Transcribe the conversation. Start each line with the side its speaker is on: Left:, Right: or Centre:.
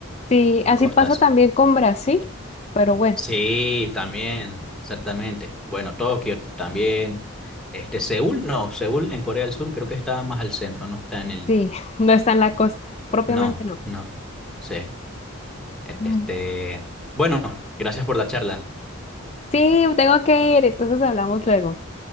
Left: Sí,
Centre: en
Left: así
Centre: costas.
Left: pasa también con Brasil, pero bueno,
Centre: Sí, también, exactamente. Bueno, Tokio también. Este, Seúl no, Seúl en Corea del Sur creo que está más al centro, no está en el.
Left: sí, <laughs> no está en la costa, propiamente
Centre: No,
Left: no.
Centre: no. Sí.
Left: Mm.
Centre: Este, bueno, gracias por la charla,
Left: Sí, tengo que ir, entonces hablamos luego.